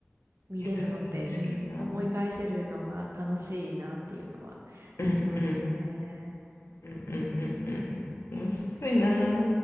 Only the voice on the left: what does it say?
いや面白いな。
うんうんうんうんうんうん。面白いな。